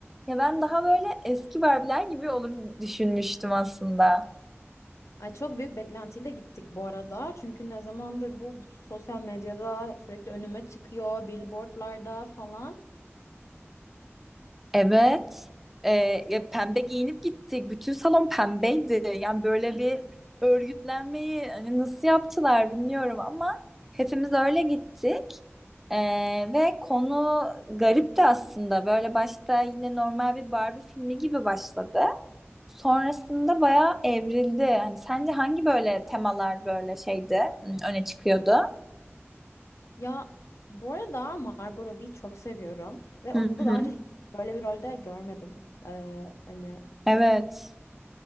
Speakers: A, in the centre; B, on the left.
A: Ya ben daha böyle eski Barbie'ler gibi olur düşünmüştüm aslında.
B: Ay çok büyük beklentiyle gittik bu arada. Çünkü ne zamandır bu bütün sosyal medyada sürekli önüme çıkıyor, billboardlarda falan.
A: Evet. Ee, ya pembe giyinip gittik. Bütün salon pembeydi. Yani böyle bir örgütlenmeyi hani nasıl yaptılar bilmiyorum ama hepimiz öyle gittik. Ee, ve konu garipti aslında. Böyle başta yine normal bir Barbie filmi gibi başladı. Sonrasında bayağı evrildi. Hani sence hangi böyle temalar böyle şeydi, Hmm, öne çıkıyordu?
B: Ya bu arada Margot Robbie'yi çok seviyorum ve
A: Hı
B: onu
A: hı.
B: daha önce hiç böyle bir rolde görmedim. Ee, hani
A: Evet.